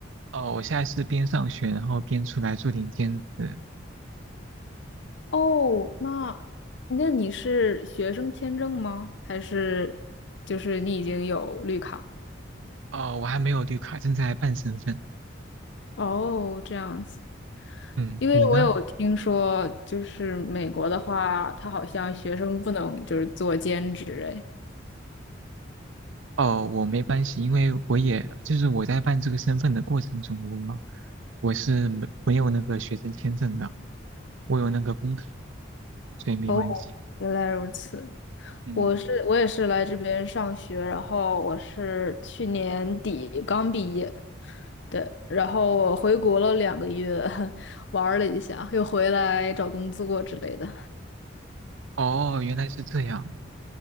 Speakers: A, on the right; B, on the left.
A: 哦，我现在是边上学，然后边出来做点兼职。
B: 哦，那那你是学生签证吗？还是就是你已经有绿卡？
A: 哦，我还没有绿卡，正在办身份。
B: 哦，这样子。
A: 嗯，
B: 因为我有听说，
A: 你呢？
B: 就是美国的话，他好像学生不能就是做兼职哎。
A: 哦，我没关系，因为我也就是我在办这个身份的过程中，我我是没没有那个学生签证的，我有那个工卡，所以没关系。
B: 哦，原来如此。
A: 嗯，
B: 我是我也是来这边上学，
A: 嗯
B: 然后我是去年底刚毕业，对，然后我回国了两个月，<laughs> 玩儿了一下，又回来找工作之类的。
A: 哦，原来是这样。